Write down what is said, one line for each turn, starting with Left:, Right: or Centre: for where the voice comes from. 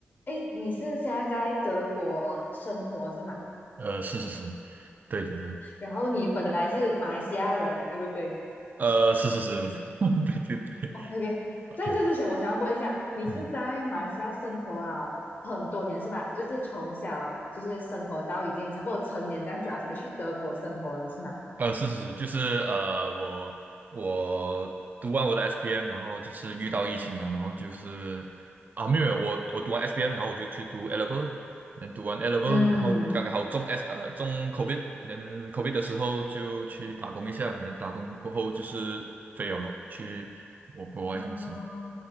Left: 诶，你是现在在德国生活是吗？
Right: 呃，是是是，对对对，
Left: 然后你本来是马来西亚人，对不对
Right: 呃，是是是，<laughs> 对对对
Left: 哦 OK，
Right: ，OK，
Left: 在这之前，我想要问一下，你是在马来西亚生活啊很多年是吧？
Right: 嗯哼
Left: 就是从小就是生活到已经差不多成年这样子了，才去德国生活的是吗？
Right: 呃，是是是，就是呃，我我读完我的 SPM，然后就是遇到疫情嘛，然后就是啊，没有，没有我我读完 SPM，然后我就去读 A level，嗯，读完 A level，
Left: 嗯，
Right: 然后刚刚好中 S 呃中 COVID，嗯，COVID 的时候就去打工一下，然后打工过后就是飞了咯，去我国国外公司，
Left: 哦，